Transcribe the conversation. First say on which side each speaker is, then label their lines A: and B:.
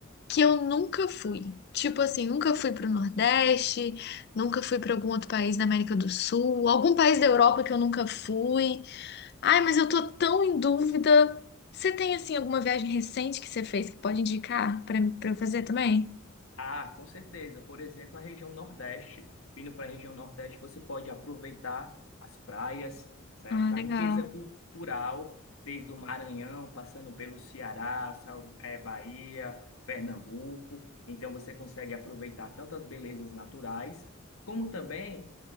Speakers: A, on the left; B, on the left.
A: que eu nunca fui. Tipo assim, nunca fui para o Nordeste, nunca fui para algum outro país da América do Sul, algum país da Europa que eu nunca fui. Ai, mas eu tô tão em dúvida. Você tem assim alguma viagem recente que você fez que pode indicar para para eu fazer também?
B: Ah, com certeza. Por exemplo, a região Nordeste. Vindo para a região Nordeste, você pode aproveitar as praias, certo?
A: Ah,
B: A
A: legal.
B: riqueza cultural, desde o Maranhão, passando pelo Ceará, Sal- eh, Bahia, Pernambuco. Então, você consegue aproveitar tanto as belezas naturais, como também